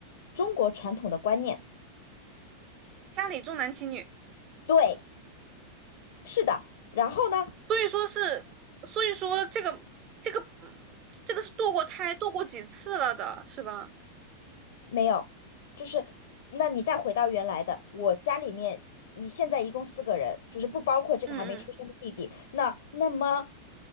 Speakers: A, on the left; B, on the right.
A: 中国传统的观念，
B: 家里重男轻女，
A: 对，是的。然后呢，
B: 所以说是，所以说这个这个，嗯，这个是堕过胎、堕过几次了的，是吧？
A: 没有，就是那你再回到原来的，我家里面一现在一共四个人，就是不包括这个还没出生的弟弟。
B: 嗯嗯，
A: 那那么